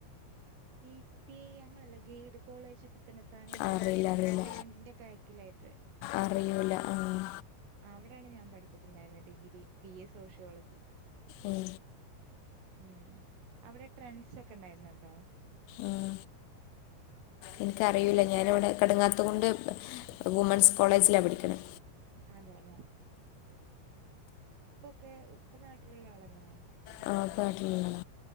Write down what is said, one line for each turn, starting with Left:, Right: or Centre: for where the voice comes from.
Right: സി പി ഐ അങ്ങനല്ല ഗൈഡ് കോളേജ് പുത്തനത്താണി ണി നമ്മളെ
Left: അറിയില്ല അറിയില്ല
Right: സ്റ്റാൻഡിന്റെ ബാക്കിലായിട്ട്
Left: അറിയൂല ആഹ്
Right: അവിടെയാണ് ഞാൻ പഠിച്ചിട്ടുണ്ടായിരുന്ന ഡിഗ്രി പി എ സോഷ്യോളജി
Left: ഉം
Right: ഉം അവരെ ട്രൻസ് ഒക്കെ ഉണ്ടായിരുന്നല്ലോ
Left: ഉം എനിക്കറിയൂല ഞാനവിടെ കടങ്ങാത്ത കൊണ്ട് വുമൻസ് കോളേജിലാ പഠിക്കണേ
Right: അതെല്ലെ <unintelligible> ഉപ്പ്നാട്ടിലുള്ള ആളല്ലേ
Left: വാപ്പ നാട്ടിലുള്ളതാ